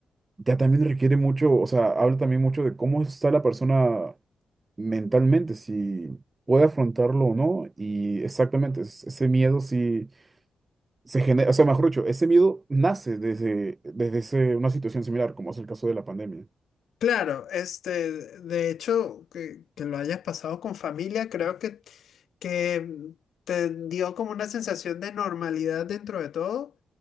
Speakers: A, on the right; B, on the left.
A: ya también requiere mucho, o sea, habla también mucho de cómo está la persona mentalmente, si puede afrontarlo o no, y exactamente, es- ese miedo si se genera, o sea, mejor dicho, ese miedo nace desde, desde ese- una situación similar, como es el caso de la pandemia.
B: Claro, este, de hecho, que, que lo hayas pasado con familia, creo que, que te dio como una sensación de normalidad dentro de todo.